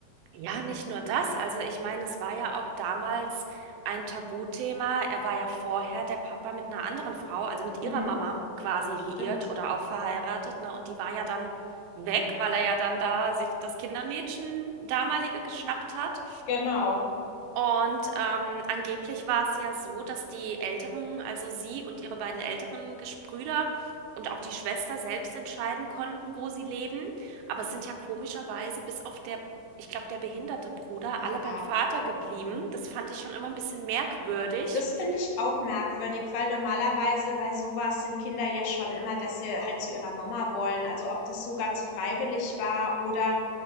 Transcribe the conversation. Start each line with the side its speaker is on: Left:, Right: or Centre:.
Right: Ja, nicht nur das. Also ich meine, es war ja auch damals ein Tabuthema. Er war ja vorher der Papa mit einer anderen Frau, also mit
Left: Mhm.
Right: ihrer Mama quasi
Left: Stimmt.
Right: liiert oder auch verheiratet, ne? Und die war ja dann weg, weil er ja dann da sich das Kindermädchen damalige geschnappt hat.
Left: Genau.
Right: Und ähm, angeblich war es ja so, dass die Älteren, also sie und ihre beiden älteren Geschwister und auch die Schwester selbst entscheiden konnten, wo sie leben. Aber es sind ja komischerweise bis auf der, ich glaube, der behinderte Bruder,
Left: Ja.
Right: alle beim Vater geblieben. Das fand ich schon immer ein bisschen merkwürdig.
Left: Das finde ich auch merkwürdig, weil normalerweise bei sowas sind Kinder ja schon immer, dass sie halt zu ihrer Mama wollen. Also ob das so ganz freiwillig war oder